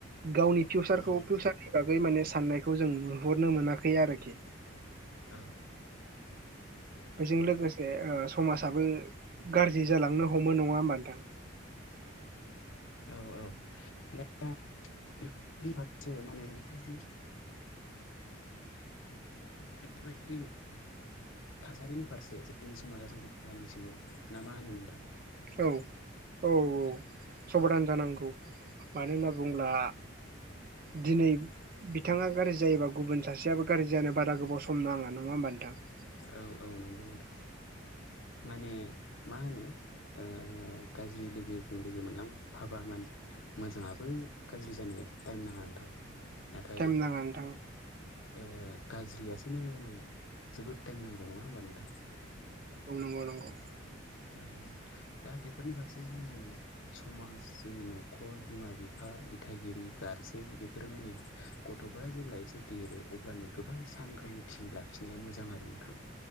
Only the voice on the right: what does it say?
गावनि फिउसारखौ
फिउसार बेनि बागै माने साननायखौ जों नुहरनो मोनाखै आरोखि।
बेजों लोगोसे समाजाबो गाज्रि जालांनो हमो नङा होमबा नोथां।
औ औ औ सबधान जानांगौ मानो होनना बुङोब्ला दिनै बिथाङा गाज्रि जायोबा गुबुन सासेयाबो गाज्रि जानो बारा गोबाव सम नाङा नङा होमबा नोंथां
टाइम नाङा नोंथां
औ नंगौ नंगौ